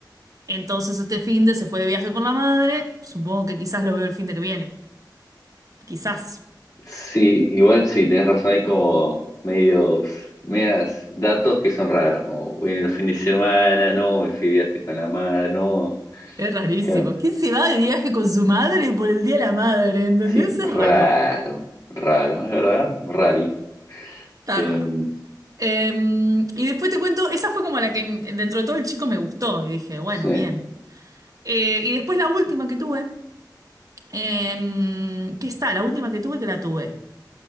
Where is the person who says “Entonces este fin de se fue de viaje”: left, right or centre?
Right